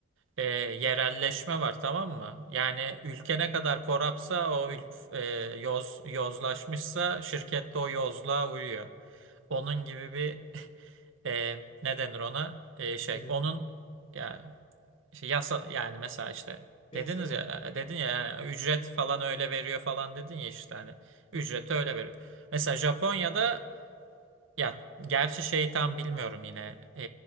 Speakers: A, on the right; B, on the left.
A: Ee, yerelleşme var tamam mı? Yani ülke ne kadar korapsa o ül- e, yoz yozlaşmışsa şirkette o yozluğa uyuyor. Onun gibi bir e, ne denir ona E, şey
B: Ne denir?
A: onun ya işte yasa yani mesela işte dediniz
B: Benzeme.
A: ya e, dedin ya yani ücret falan öyle veriyor falan dedin ya işte hani ücreti
B: Hı.
A: öyle veriyor. Mesela Japonya'da ya gerçi şey tam bilmiyorum yine E,